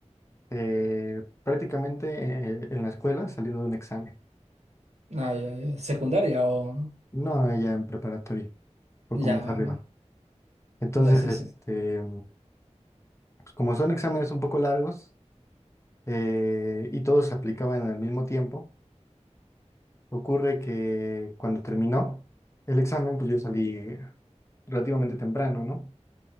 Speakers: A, on the left; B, on the right.
A: eh, prácticamente eh, en la escuela saliendo de un examen.
B: Ah, ya, ya. ¿Secundaria o...?
A: No, ella en preparatoria, un poco
B: Ya,
A: más
B: va,
A: arriba.
B: va.
A: Entonces,
B: Ya, sí,
A: este...
B: sí.
A: pues, como son exámenes un poco largos eh, y todos se aplicaban al mismo tiempo, ocurre que cuando terminó el examen, pues yo salí relativamente temprano, ¿no?